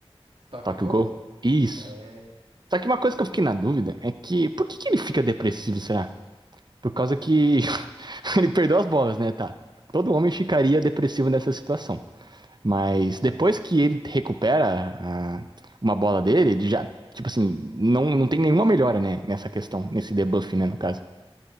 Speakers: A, on the right; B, on the right.
A: Tokyo
B: Tokyo
A: Ghoul?
B: Ghoul. Isso.
A: É.
B: Só que uma coisa que eu fiquei na dúvida é que por que que ele fica depressivo, será? Por causa que <laughs> Ele perdeu as bolas, né? Tá. Todo homem ficaria depressivo nessa situação. Mas
A: Sim.
B: depois que ele recupera a- uma bola dele, ele já, tipo assim, não, não tem nenhuma melhora, né? Nessa questão, nesse debuff, né? No caso.